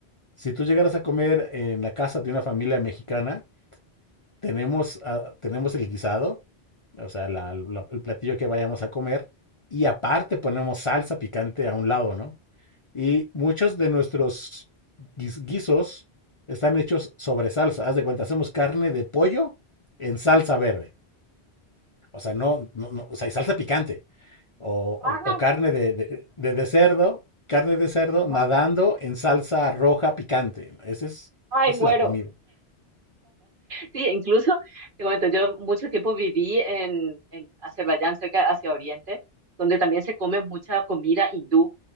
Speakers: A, on the left; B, on the right.
A: Si tú llegaras a comer en la casa de una familia mexicana, tenemos, ah, tenemos el guisado, o sea, la- la- el platillo que vayamos a comer, y aparte ponemos salsa picante a un lado, ¿no? Y muchos de nuestros guis- guisos están hechos sobre salsa. Haz de cuenta, hacemos carne de pollo en salsa verde. O sea, no, no, no, o sea, y salsa picante. O,
B: ¡Ah!
A: o- o carne de, de- de- de cerdo, carne de cerdo
B: Ajá.
A: nadando en salsa roja picante. Esa es,
B: Ay,
A: es
B: muero.
A: la comida.
B: Sí, incluso, te comento, yo mucho tiempo viví en, en Azerbaiyán, cerca hacia Oriente, donde también se come mucha comida hindú